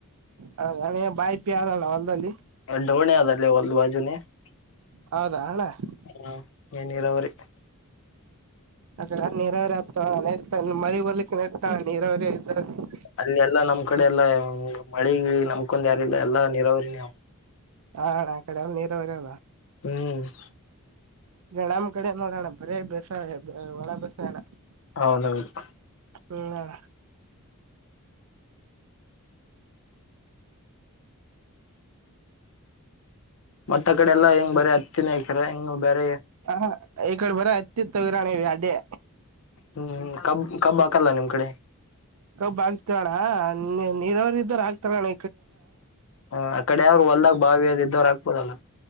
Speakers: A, on the right; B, on the left.
A: ಹೌದ ಏನ್ ನೀ ಬಾಯಿ ಇಟ್ಟಿ ಅಲ್ಲ ಹೊಲದಲ್ಲಿ. <unintelligible>
B: ಒಂದ ಡೋಣಿ ಅದ ಅಲ್ಲೇ ಹೊಲದ ಬಾಜುನೇ. <unintelligible>
A: ಹೌದಾ ಅಣ್ಣಾ. <unintelligible>
B: ಹೂ ಎನ್ ನೀರಾವರಿ. <unintelligible>
A: ಅದರಾಗ ನೀರಾವರಿ ಆಗ್ತ ನೆಡ್ತಾ ಮಳಿ ಬರ್ಲಿಕ್ ನೆಡ್ತ ನೀರಾವರಿ ಇದರ. <unintelligible>
B: ಅಲ್ಲಿ ಎಲ್ಲಾ ನಮ್ಮ ಕಡೆ ಎಲ್ಲಾ ಮಳಿ ಗಿಳಿ ನಮಕೊಂಡ್ ಯಾರ ಇಲ್ಲ ಎಲ್ಲಾ ನೀರಾವರಿ ಅವ <unintelligible>
A: ಹಾ ಅಣ್ಣಾ ಆಕಡೆ ಎಲ್ಲ ನೀರವರಿ ಅದ್. <unintelligible>
B: ಹೂ. <unintelligible>
A: ನೀ ನಮ್ಮ ಕಡೆ ನೋಡ ಅಣ್ಣಾ ಬರೇ ಬೇಸಾಯ ಏ ವನ ಬೇಸಾಯ ಅಣ್ಣಾ. <unintelligible>
B: ಹೌದ ಹೌದು. <unintelligible>
A: ಹು ಅಣ್ಣಾ. <unintelligible>
B: ಮತ್ತ ಅ ಕಡೆ ಎಲ್ಲಾ ಹೆಂಗ ಬರೀ ಹತ್ತಿನಕರ ಹೆಂಗ್ ಬೇರ.
A: ಹಾ ಈ ಕಡೆ ಬರ ಅತಿ ವಿರಾಣ ಅಡ್ಡ <inaudible>
B: ಹ್ಮ್ ಕಬ್ ಕಬ್ ಹಾಕಲ್ಲ ನಿಮ್ ಕಡೆ.
A: ಕಬ್ ಆಗ್ತವಣ್ಣ ನೀರವರ ಇದ್ದ್ರ ಹಾಕಾತಾರಣ.
B: ಹ ಆ ಕಡೆ ಯ್ರು ಹೊಲ್ದಾಗ ಬಾವಿಯ ಅದ ಇದವರು ಆಕ್ಬೋದಲ್ಲ.